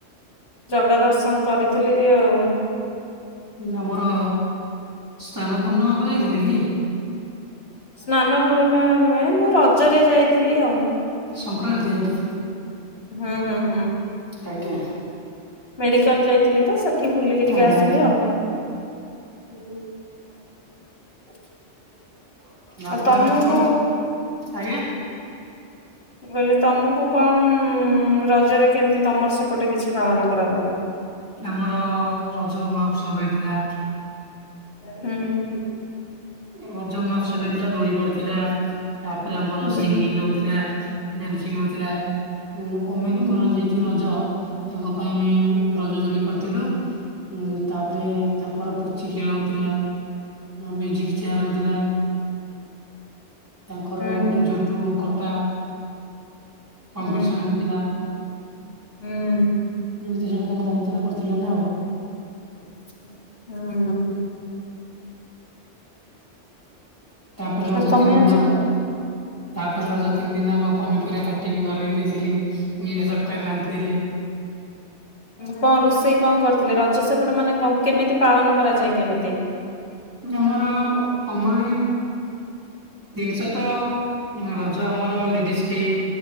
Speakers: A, on the left; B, on the right.
A: ଜଗା ଦର୍ଶନ କରିଥିଲି ଆଉ।
B: ଆମର ସ୍ନାନ ପୂର୍ଣ୍ଣିମାକୁୁ ଯାଇଥିଲେ କି?
A: ସ୍ନାନ ପୂର୍ଣ୍ଣିମା ନୁହେଁ, ମୁଁ ରଜରେ ଯାଇଥିଲି ଆଉ।
B: ସଂକ୍ରାନ୍ତି ଆଜ୍ଞା।
A: ହଁ ହଁ।
B: ଆଜ୍ଞା।
A: ମେଡିକାଲ ଯାଇଥିଲି, ତ ସେ ବୁଲିକି ଟିକେ
B: ଆଜ୍ଞା।
A: ଆସିଲି
B: ଆଜ୍ଞା
A: ଆଉ। <inaudible> <inaudible>
B: ଆଜ୍ଞା। ଆପଣ
A: ଆଉ ତମକୁ
B: ଏବେ କଣ ଆଜ୍ଞା।
A: ମୁଁ କହିଲି, ତମକୁ କଣ ରଜରେ କେମିତି ତମର ସେପଟେ କିଛି ପାଳନ କରାଗଲା?
B: ଆମର ରଜ ମହୋତ୍ସବ ହେଇଥିଲା।
A: ହୁଁ।
B: ରଜ ମହତ୍ସବ ହେଇଥିଲା, ଦୋଳି ପଡିଥିଲା। ତାପରେ ଆମର
A: ହୁଁ
B: ସିଙ୍ଗିଙ୍ଗ ହଉଥିଲା, ଦାନ୍ସିଂ ହଉଥିଲା। ଓମେନଙ୍କର
A: ହୁଁ
B: ଯେହେତୁ ରଜ, ତାଙ୍କ ପାଇଁ ଆମେ ରଜ ଦୋଳି କରି ଥିଲୁ। ତାପରେ ତାଙ୍କର ପୁଚି ଖେଳ ହଉଥିଲା, ମ୍ୟୁଜିକ ଚେୟାର ହଉ ଥିଲା, ତାଙ୍କର
A: ହୁଁ
B: ଗୋଟେ ଝୋଟ କଟା କମ୍ପିଟସନ
A: ହୁଁ
B: ହଉଥିଲା।
A: ହୁଁ
B: <inaudible> ଏମିତି ସବୁ ତମର ରହୁଥିଲା, କରିଥିଲୁ ଆମେ ଆଉ।
A: ହୁଁ।
B: ତାପରେ ରଜ
A: ଆଉ ତମେ
B: ତିନି ଦିନ
A: ଆଜି
B: ଆଙ୍କ ତାପରେ ରଜ ତିନି ଦିନ ଆଙ୍କ ପନିପରିବା କାଟିକି ଘରି ଦେଇଥିଲି, ନିଜ ତରକାରୀ ରାନ୍ଧିଥିଲି।
A: କଣ ରୋଷେଇ କଣ କରିଥିଲେ? ରଜ ସେପଟ ମାନେ କେମିତି ପାଳନ କରାଯାଏ, କେମିତି?
B: ଆମର କମଲୀ ଜିନିଷ ତ ରଜ ଆମର ଲେଡିଜ୍ କି